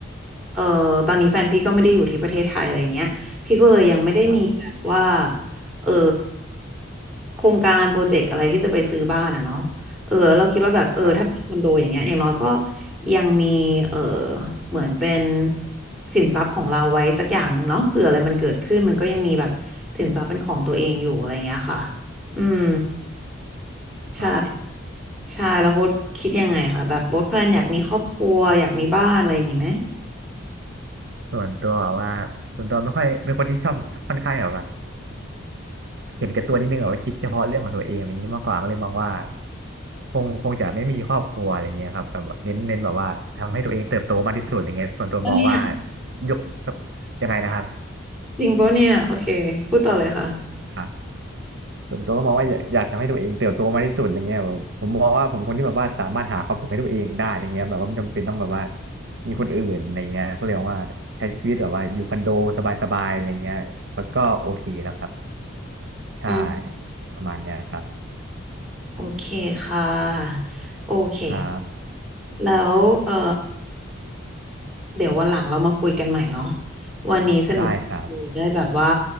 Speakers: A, in the centre; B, on the right (about 55°).
A: เออตอนนี้แฟนพี่ก็ไม่ได้อยู่ที่ประเทศไทยอะไรอย่างเงี้ยพี่ก็เลยยังไม่ได้มีแบบว่า
B: ครับ
A: เออโครงการโปรเจกต์อะไรที่จะไปซื้อบ้านอ่ะเนาะ เออเราคิดว่าแบบเออถ้ามีคอนโดอย่างเงี้ยอย่างน้อยก็
B: ครับ
A: ยังมีเออเหมือนเป็นสินทรัพย์ของเราไว้สักอย่างหนึ่งเนาะเผื่ออะไรมันเกิดขึ้นมันก็ยังมีแบบสินทรัพย์เป็นของตัวเองอยู่อะไรเงี้ยค่ะอืมใช่
B: ครับ
A: ใช่แล้วโบ๊ทคิดยังไงคะแบบโบ๊ทแพลนอยากมีครอบครัวอยากมีบ้านอะไรอย่างงี้ไหม
B: ส่วนตัวแบบว่าส่วนตัวไม่ค่อยเป็นคนที่ชอบค่อนข้างแบบว่า เห็นแก่ตัวนิดนึงแบบว่าคิดเฉพาะเรื่องของตัวเองอะไรอย่างนี้มากกว่าก็เลยมองว่าคงคงจะไม่มีครอบครัวอะไรเงี้ยครับแบบเน้นเน้นแบบว่าทำให้ตัวเองเติบโตมากที่สุดอะไรเงี้ยส่วนตัวมองว่า
A: อันเนี้ย
B: ยกยังไงนะครับ
A: จริงปะเนี่ยโอเคพูดต่อเลยค่ะ
B: ครับส่วนตัวก็มองว่าอยากอยากทำให้ตัวเองเติบโตมากที่สุดอะไรเงี้ยแบบผมมองว่าผมคนที่แบบว่าสามารถหาความสุขให้ตัวเองได้อะไรเงี้ยแบบว่าไม่จำเป็นต้องแบบว่ามีคนอื่นอะไรเงี้ยก็เลยมองว่าใช้ชีวิตแบบว่าอยู่คอนโดสบายๆอะไรเงี้ยมันก็โอเคแล้วครับใช่
A: อืม
B: ประมาณเนี้ยครับ
A: โอเคค่ะโอเค
B: ครับ
A: แล้วเออ เดี๋ยววันหลังเรามาคุยกันใหม่เนาะวันนี้สนุกคืได้แบบว่า
B: ได้ครับ